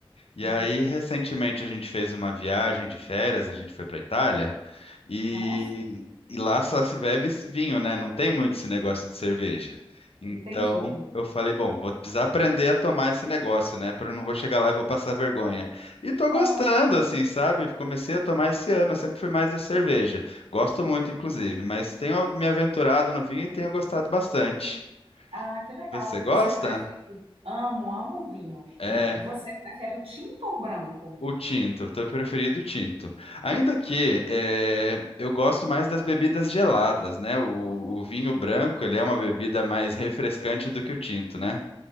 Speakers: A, on the left; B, on the right.
A: E
B: Uhum.
A: aí, recentemente, a gente fez uma viagem de férias, a gente foi para Itália, e,
B: Nossa,
A: e lá só se bebe esse vinho, né? Não tem muito esse negócio de cerveja. Então,
B: entendi.
A: eu falei, bom, vou precisar aprender a tomar esse negócio, né? Porque eu não vou chegar lá e vou passar vergonha. E tô gostando,
B: Ah,
A: assim, sabe? Comecei a tomar esse ano, eu sempre fui mais da cerveja. Gosto muito, inclusive, mas tenho me aventurado no vinho e tenho gostado bastante.
B: ah, que legal.
A: Você
B: E
A: gosta?
B: você prefere? Amo, amo um vinho.
A: É.
B: E e você prefere o tinto ou o branco?
A: O tinto, teu preferido o tinto. Ainda que eh, eu gosto mais das bebidas geladas, né? O, o vinho branco, ele é uma bebida mais refrescante do que o tinto, né?